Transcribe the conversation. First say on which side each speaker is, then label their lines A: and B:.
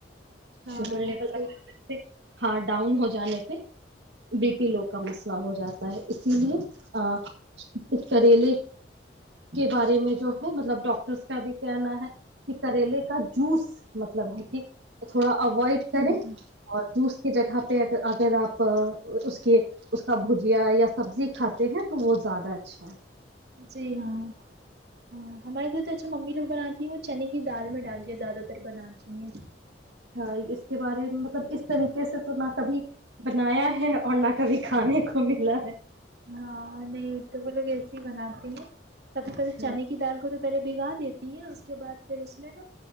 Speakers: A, on the right; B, on the right.
A: ہاں
B: شگر لیول اچا
A: جی
B: ہاں ڈاؤن ہو جانے پہ بی پی لو کا مسئلہ ہو جاتا ہے اسی لیے کریلے کے بارے میں جو ہے مطلب ڈاکٹرس کا بھی کہنا ہے کہ کریلے کا جوس مطلب ہے کہ تھوڑا اوائڈ کرار
A: ہوں
B: اور جوس کی جگہ پہ اگر آپ اس کے اس کا بھجیا یا سبزی کھاتے ہیں تو وہ زیادہ اچھا ہے
A: جی ہاں ہاں ہمارے گھر تو اچھا ممی لوگ بناتی ہیں وہ چنے کی دال میں ڈال کے زیادہ تر بناتی ہیں
B: ہھ اس کے بارے میں مطلب اس طریقے سے تو نہ کبھی بنایا ہے اور نہ کبھی کھانے کو ملا ہے
A: ہاں نہیں تو وہ لوگ ایسے ہی بناتے ہیں سب سے پہلے
B: اچھا
A: چنے کی دال کو تو پہلے بھگا دیتی ہے اس کے بعد پھر اس میں نہ